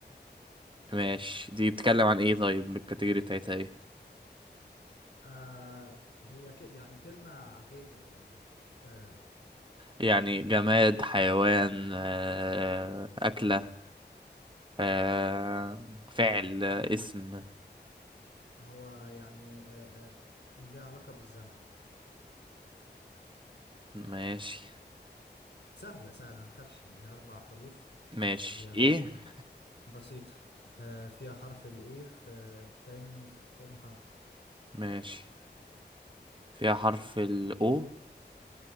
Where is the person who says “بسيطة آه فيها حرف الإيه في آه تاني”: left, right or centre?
Left